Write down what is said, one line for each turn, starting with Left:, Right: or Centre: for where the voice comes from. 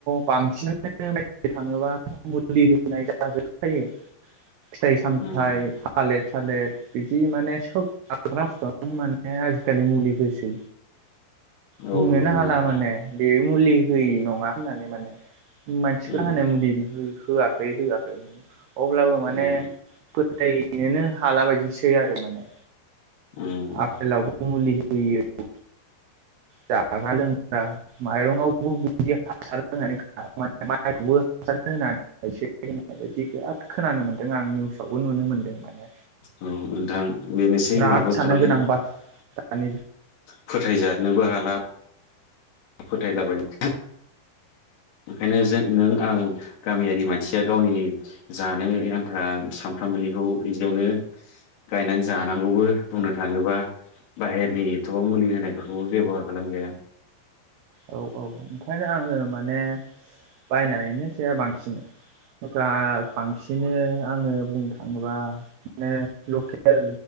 Right: बांसिनानो <unintelligible> थाङोब्ला मुलि होनाय जाजोब जायो फिथाइ सामथाइ
Left: उम
Right: थालेर थालेर बिदि माने सोब <unintelligible> माने आजिखालि मुलि होसै बुंनोनो
Left: औ नंगौ
Right: हाला
Left: नोंथां
Right: माने बे मुलि होयि नङा होननानै माने मानसिफोर
Left: उम
Right: हानो मुलि हो होआखै होआखै अब्लाबो माने
Left: उम
Right: फोथायनोनो हाला बायदिसो खै आरो माने
Left: उम
Right: आफेलावबो मुलि हो होयो जाग्रा लोंग्रा माइरंआवबो बिदि हासार होनानै माइखौबो हासार होनानैसै गायसै होन्नाय बायदि बिराद खोनानो मोन्दों आं निउ सावबो नुनो मोनदों माने
Left: औ नोंथां बेनोसै
Right: बिराद
Left: माबो
Right: साननो
Left: खालामो
Right: गोनां बाथ्रा दानि
Left: फोथायजानोबो हाला फोथायलाबायनो ओंखायनो जों नों आं गामियारि मानसिया गावनि जानो आन्था सामफ्रामबोनिखौ बिदियावनो गायनानै जानांगौबो बुंनो थाङोबा बाहेरनि एथबां मुलि होनायफोरखौबो बेब'हार खालामजाया
Right: औ औ ओंखायनो आङो माने बायनानैनो जाया बांसिन <unintelligible> दा बांसिनो आङो बुंनो थाङोबा माने लकेल